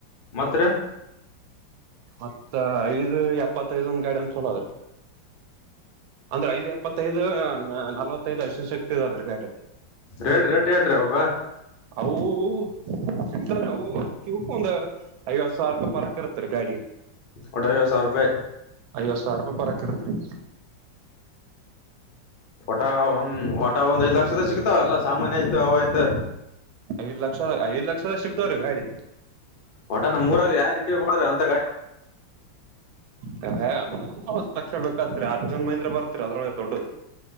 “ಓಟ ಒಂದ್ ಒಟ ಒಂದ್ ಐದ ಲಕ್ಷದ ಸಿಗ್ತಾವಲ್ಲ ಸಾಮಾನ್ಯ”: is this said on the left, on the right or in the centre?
Left